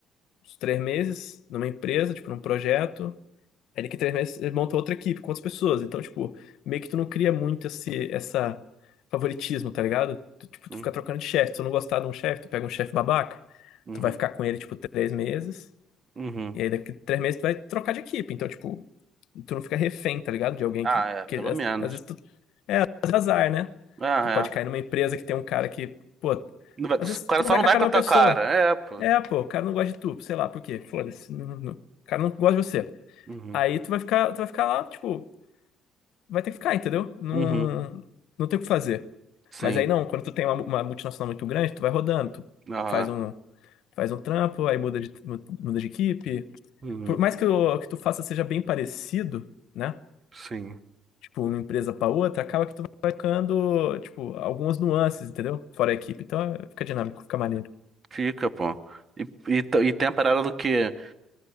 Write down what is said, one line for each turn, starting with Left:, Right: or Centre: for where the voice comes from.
Left: uns três meses numa empresa, tipo, num projeto. Aí daqui três meses ele monta outra equipe com outras pessoas. Então, tipo, meio que tu não cria muito esse, essa favoritismo, tá ligado? Tu, tipo,
Right: Uhum,
Left: tu fica trocando de chefe. Se tu não gostar de um chefe, tu pega um chefe babaca,
Right: uhum,
Left: tu vai ficar com ele, tipo, três meses.
Right: uhum.
Left: E aí daqui três meses tu vai trocar de equipe. Então, tipo, tu não fica refém, tá ligado? De alguém
Right: Ah,
Left: que.
Right: é,
Left: que
Right: pelo
Left: às,
Right: menos.
Left: às vezes Mas é azar, né?
Right: Ah,
Left: Tu pode
Right: é.
Left: cair numa empresa que tem um cara que, pô,
Right: Não vai-
Left: às vezes
Right: o cara
Left: tu
Right: só
Left: não vai
Right: não
Left: com
Right: vai
Left: a cara
Right: com a
Left: de
Right: tua
Left: uma pessoa.
Right: cara. É, pô.
Left: É, pô, o cara não gosta de tu, sei lá, por quê? Foda-se. não- não- O cara não gosta de você.
Right: Uhum,
Left: Aí tu vai ficar, tu vai ficar lá, tipo, vai ter que ficar, entendeu? Não,
Right: uhum,
Left: não tem o que fazer.
Right: sim.
Left: Mas aí não, quando tu tem uma, uma multinacional muito grande, tu vai rodando, tu
Right: Aham.
Left: faz um, faz um trampo, aí muda de, muda de equipe.
Right: Uhum.
Left: Por mais que o que tu faça seja bem parecido, né?
Right: Sim,
Left: tipo, uma empresa para outra, acaba que tu vai tocando, tipo, algumas nuances, entendeu? Fora a equipe, então é, fica dinâmico, fica maneiro.
Right: fica, pô. E, e, t- e tem a parada do que,